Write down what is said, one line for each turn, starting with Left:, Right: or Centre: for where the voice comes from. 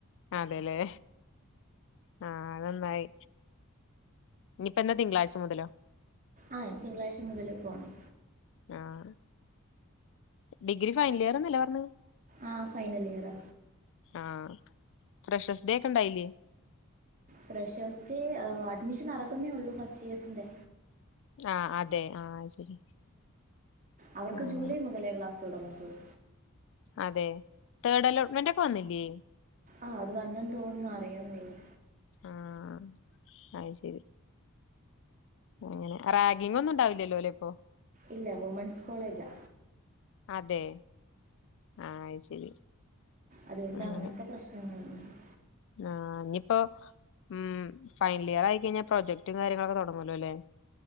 Left: അതെയില്ലേ ആ അത് നന്നായി ഇനിപ്പോ എന്നാ തിങ്കളാഴ്ച മുതലോ
Right: ആഹ് ഇനി തിങ്കളാഴ്ച മുതല് പോണം
Left: ആഹ് ഡിഗ്രി ഫൈനൽ ഇയർന്നല്ലേ പറഞ്
Right: ആ ഫൈനൽ ഇയറ്
Left: ആഹ് ഫ്രഷേസ്ഡേക്ക്‌ ഒണ്ടായില്ലേ?
Right: ഫ്രഷേസ്ഡേ അഡ്മിഷൻ നടക്കുന്നേ ഉള്ളൂ ഫസ്റ്റ് ഇയേഴ്സിന്റെ
Left: ആ അതെ ആ അത് ശരി.
Right: അവർക്ക്
Left: ആഹ്
Right: ജൂലൈ മുതലേ ക്ലാസ് തൊടങ്ങത്തൊള്ളൂ.
Left: അതെ തേർഡ് അലോട്ട്മെന്റ് ഒക്കെ വന്നില്ലേ
Right: ആഹ് അത് വന്നെന്ന് തോന്നുന്നു അറിയാൻ കഴി <unintelligible> ഞ
Left: ആഹ് അത് ശരി. അങ്ങനെ റാഗിങ്ങൊന്നും ഉണ്ടാവില്ലല്ലോ അല്ലേ ഇപ്പൊ
Right: ഇല്ല വുമെൻസ് കോളേജാ
Left: അതെ ആ അത് ശരി.
Right: അത് കൊണ്ട്‌
Left: അങ്ങനെ
Right: അങ്ങനത്തെ പ്രശ്നങ്ങളൾ ഒന്നുംയില്ല
Left: ആഹ് ഇന്നിപ്പോ ഉം ഫൈനൽ ഇയർ ആയിക്കഴിഞ്ഞാ പ്രൊജക്ടും കാര്യങ്ങളൊക്കെ തൊടങ്ങല്ലോ അല്ലേ?